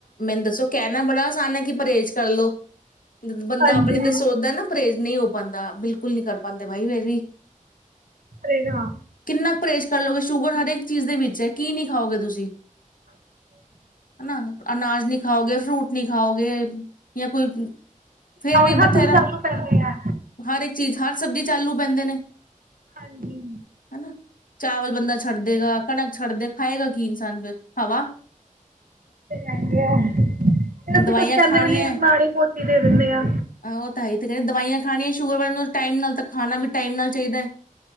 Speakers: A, on the left; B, on the right.
A: ਮੈਨੂੰ ਦੱਸੋ ਕਹਿਣਾ ਬੜਾ ਸਾਨ ਕੀ ਪਰਹੇਜ਼ ਕਰਲੋ ਬੰਦਾ
B: ਹਾਂਜੀ
A: ਆਪਣੀ ਤਾਂ ਸੋਚਦਾ ਨਾ ਪਰਹੇਜ਼ ਨਹੀਂ ਹੋ ਪਾਉਂਦਾ ਬਿਲਕਲ ਨੀ ਕਰ ਪਾਉਂਦੇ ਬਾਈ ਮੇ ਵੀ
B: ਕਰੇਗਾ
A: ਕਿੰਨਾ ਕੁ ਪਰਹੇਜ਼ ਕਰ ਲੋਗੇ ਸ਼ੂ ਹਰੇਕ ਚੀਜ਼ ਦੇ ਵਿੱਚ ਹੈ ਕੀ ਨਹੀਂ ਖਾਓਗੇ ਤੁਸੀਂ ਹਨ ਨਾ ਅਨਾਜ ਨੀ ਖਾਓਗੇ ਫਰੂਟ ਨੀ ਖਾਓਗੇ ਜਾਂ ਕੋਈ ਫੇਰ
B: ਆਓਗੇ
A: ਵੀ
B: ਹੱਥ
A: ਬਠੇਰਾ
B: ਚਾਲੂ ਪੈਂਦੇ ਆ
A: ਹਰ ਇੱਕ ਚੀਜ਼ ਹਰ ਸਬਜ਼ੀ ਚਾਲੂ ਪੈਂਦੇ ਨੇ
B: ਹਾਂਜੀ
A: ਹਨਾ ਚਾਵਲ ਬੰਦਾ ਛੱਡ
B: ਉਹ ਤੇ
A: ਦੇਗਾ ਕਣਕ ਛੱਡ ਦੇ ਖਾਏਗਾ ਕੀ ਇਨਸਾਨ ਫਿਰ ਹਵਾ
B: ਫ ਅਸੀਂ
A: ਦਵਾਈਆਂ
B: ਕੁਛ ਕਹਿੰਦੇ
A: ਖਾਣੀਆਂ
B: ਵੀ ਨਹੀਂ ਨਾਲੀ ਮੋਤੀ ਦੇ ਦਿੰਦੇ ਹ
A: ਉਹ ਤਾਂ ਹੈ ਹੀ ਤੇ ਕਹਿੰਦੇ ਦਵਾਈਆਂ ਖਾਣੀਆਂ ਸ਼ੂਗਰ ਵਾਲ ਨੂੰ ਟਾਈਮ ਨਾਲ ਤਾਂ ਖਾਣਾ ਵੀ ਟਾਈਮ ਨਾਲ ਚਾਹੀਦਾ ਹੈ